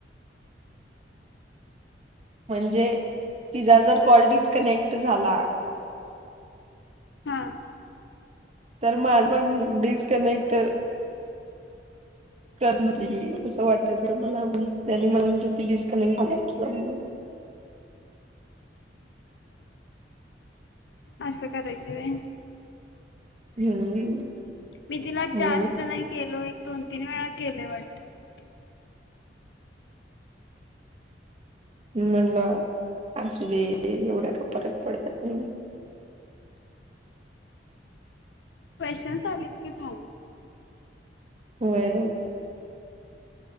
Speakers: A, on the right (about 35°); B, on the left (about 65°).
A: म्हणजे, तिचा जर कॉल डिस्कनेक्ट झाला
B: हा.
A: तर माझं पण, डिस्कनेक्ट करणी केली, असं वाटतं मला आणि त्याने मला सांगितला डिस्कनेक्ट झाला तुझा, म्हणून.
B: असं करायची व्हय?
A: हम्म
B: मी तिला,
A: हम्म
B: जास्त नाही केलो. एक दोन-तीन वेळा केलंय वाटतं, फक्त.
A: म्हणल - असू दे, एवढा काय फरक पडत नाही..
B: क्वेश्चनस् आलीत की झालं.
A: होय.